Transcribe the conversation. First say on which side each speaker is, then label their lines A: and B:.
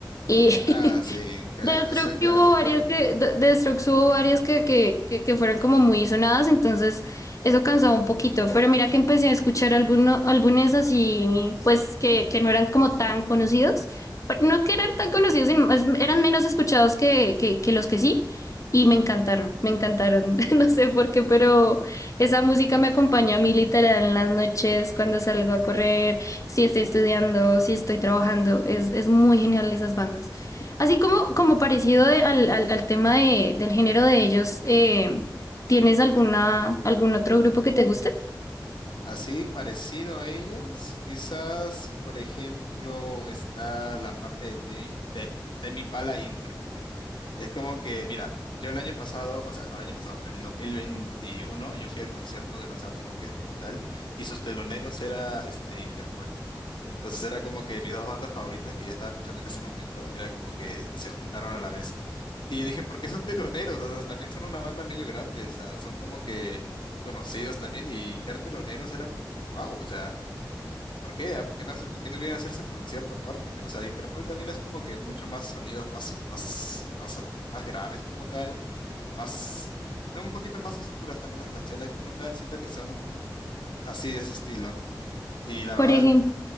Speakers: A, on the left; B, on the left.
A: Y,
B: Ah, sí,
A: <laughs>
B: un cla-
A: De Strokes
B: ese es clásico.
A: sí hubo varias que, de, de Strokes hubo varias que, que, que, que fueron como muy sonadas, entonces eso cansaba un poquito. Pero mira que empecé a escuchar algunos álbumes así, pues que, que no eran como tan conocidos. Pero No que eran tan conocidos, sino más- eran menos escuchados que, que, que los que sí. Y me encantaron, me encantaron. <laughs> No sé por qué, pero esa música me acompaña a mí literal en las noches, cuando salgo a correr, si estoy estudiando, si estoy trabajando. Es, es muy genial esas bandas. Así como, como parecido de- al, al, al tema de, del género de ellos, eh, ¿tienes alguna, algún otro grupo que te guste?
B: Así parecido a ellos, quizás, por ejemplo, está la parte de Temi, de Tame Impala y Interpol. Es como que, mira, yo el año pasado, o sea, no el año pasado, el 2021, yo fui al concierto de los Arctic Monkeys como tal, y sus teloneros era este Interpol. Entonces era como que mis dos bandas favoritas que yo estaba escuchando en ese momento, era como que se juntaron a la vez. Y yo dije, ¿por qué son teloneros? O sea, también son una banda medio grande, o sea, son como que conocidos también y ser teloneros era como que, wow, o sea, ¿por qué? ah? ¿Por qué no haces, por qué no vienen a hacer su concierto aparte? Pero, o sea, Interpol también es como que mucho más sonidos más, más, más, más graves como tal, más, son un poquito más oscuras también las canciones como tal, siento que son así de ese estilo. Y la
A: Por
B: verdad,
A: ejemplo,